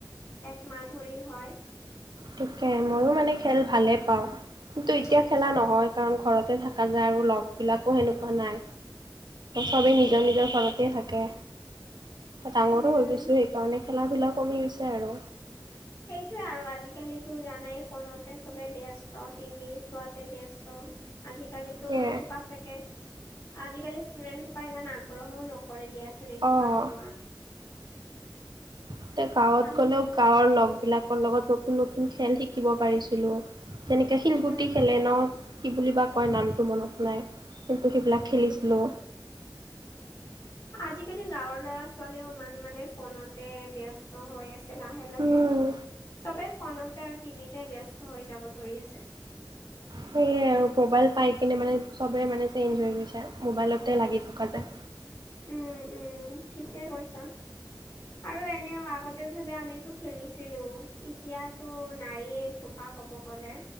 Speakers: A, on the left; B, on the right.
A: একমাহ ধৰি হয়।
B: তাকেই, ময়ো মানে খেল ভালেই পাওঁ। কিন্তু এতিয়া
A: উম
B: খেলা নহয়। কাৰণ ঘৰতে থকা যায়, আৰু লগবিলাকো সেনেকুৱা নাই। চবেই নিজৰ নিজৰ ঘৰতে থাকে। ডাঙৰো
A: উম
B: হৈ গৈছো সেইকাৰণে। খেলা ধূলা কমি গৈছে আৰু
A: সেইটোৱে আৰু আজিকালো জানাই ফোনতে চবে ব্যস্ত টিভি চোৱাতে ব্যস্ত আজিকালি। ত
B: সেয়াই
A: এই সোপা চাগে, আজিকালি ষ্টুডেন্ট সোপা ইমান আগ্ৰহও নকৰে দিয়া।
B: অ'।
A: পাত লোৱা,
B: এতিয়া গাঁৱত
A: আম।
B: গ'লেও গাঁৱৰ লগবিলাকৰ লগত নতুন নতুন খেল শিকিব পাৰিছিলোঁ। যেনেকে শিলগুটি
A: উম
B: খেলে ন! কি বুলি বা কয় নামটো মনত নাই। কিন্তু সেইবিলাক খেলিছিলোঁ।
A: আজিকালি গাঁৱৰ ল'ৰা-ছোৱালীও ইমান মানে ফোনতে ব্যস্ত। হৈ আছে লাহে লাহে।
B: উম
A: চবে ফোনত তে আৰু টিভিতে ব্যস্ত হৈ যাব ধৰি আছে।
B: সেয়াই আৰু, মোবাইল পাই কিনে মানে চবেই মানে চেইঞ্জ হৈ গৈছে। মোবাইলতে লাগি থকা যায়।
A: উম উম ঠিকে কৈছ। আৰু এনেও আগতে আগত চবেই আমিতো খেলিছিলো, এতিয়াতো নায়েই খোপা কব গ'লে।